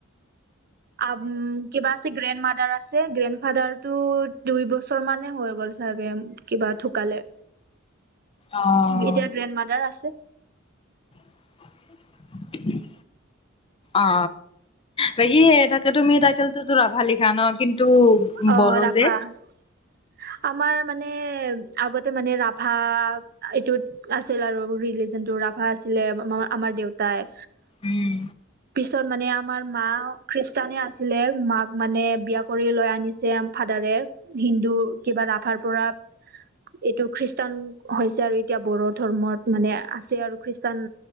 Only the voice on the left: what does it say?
অ'।
উম <unintelligible> অ বাকী তাকে তুমি টাইটেলটোতো ৰাভা লিখা ন কিন টো
বড়ো
যে।
উম।